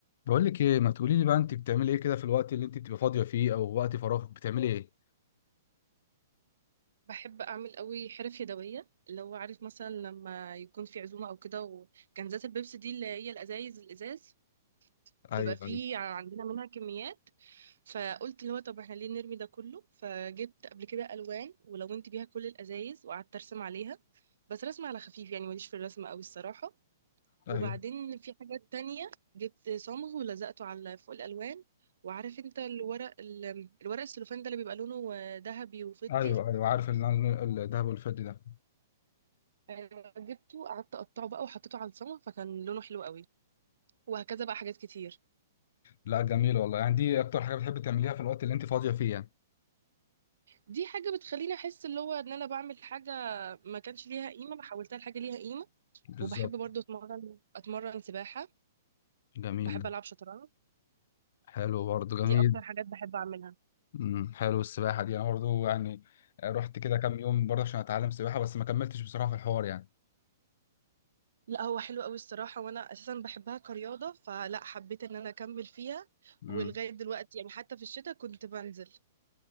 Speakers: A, on the left; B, on the right.
A: بقول لك ايه ما تقولي لي بقى انت بتعملي ايه كده في الوقت اللي انت بتبقى فاضيه فيه او وقت فراغك بتعملي ايه
B: بحب اعمل قوي حرف يدويه اللي هو عارف مثلا لما يكون في عزومه او كده وكنزات البيبسي دي اللي هي الازايز الازاز
A: ايوه
B: بيبقى فيه
A: ايوه
B: عندنا منها كميات فقلت اللي هو طب احنا ليه نرمي ده كله فجبت قبل كده الوان ولونت بيها كل الازايز وقعدت ارسم عليها بس رسم على خفيف يعني ماليش في الرسم قوي الصراحه وبعدين
A: ايوه
B: في حاجات تانية جبت صمغ ولزقته على فوق الالوان وعارف انت الورق ال- الورق السلوفان ده اللي بيبقى لونه ذهبي وفضي
A: ايوه ايوه عارف ال- ال- الدهب والفضي ده
B: أيوة، جبته قعدت اقطعه بقى وحطيته على الصمغ فكان لونه حلو قوي وهكذا بقى حاجات كتير
A: لا جميل والله يعني دي اكتر حاجه بتحب تعمليها في الوقت اللي انت فاضيه فيه يعني
B: دي حاجه بتخليني احس اللي هو ان انا بعمل حاجه ما كانش ليها قيمه بحولتها لحاجه ليها قيمه
A: بالظبط
B: وبحب برضو اتمرن اتمرن سباحه
A: جميل
B: بحب
A: ده.
B: العب شطرنج
A: حلو برضه جميل
B: دي اكتر حاجات بحب اعملها
A: امم حلو السباحه دي انا برضه يعني رحت كده كام يوم برضه عشان اتعلم سباحه بس ما كملتش بصراحه في الحوار يعني
B: لا هو حلو قوي الصراحه وانا اساسا بحبها كرياضه فلا حبيت ان انا اكمل فيها
A: امم
B: ولغايه دلوقتي يعني حتى في الشتاء كنت بنزل